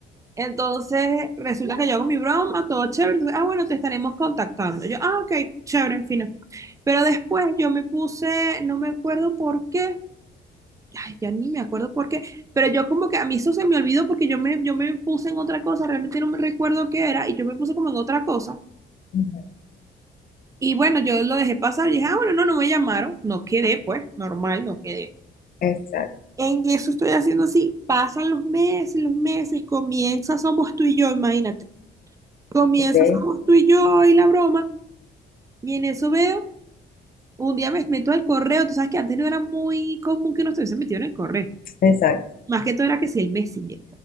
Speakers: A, on the right; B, on the left.
A: Entonces, resulta que yo hago mi broma, todo chévere. Entonces, ah, bueno, te estaremos contactando. Yo, ah, ok, chévere, fino. Pero después yo me puse, no me acuerdo por qué, ay, ya ni me acuerdo por qué, pero yo como que a mí eso se me olvidó porque yo me, yo me puse en otra cosa, realmente no me recuerdo qué era, y yo me puse como en otra cosa.
B: ujú,
A: Y bueno, yo lo dejé pasar y dije, ah, bueno, no, no me llamaron, no quedé, pues, normal, no quedé.
B: exacto,
A: En eso estoy haciendo así, pasan los meses, los meses, comienza Somos tú y yo, imagínate. Comienza
B: ok,
A: Somos tú y yo y la broma, y en eso veo, un día me meto al correo, tú sabes que antes no era muy común que nos estuviesen metido en el correo.
B: exacto.
A: más que todo era que si el Messenger.